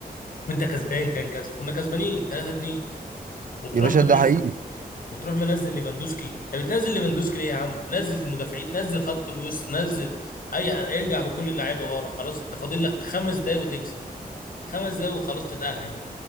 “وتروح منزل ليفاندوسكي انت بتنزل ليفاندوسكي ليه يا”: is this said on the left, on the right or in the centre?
Left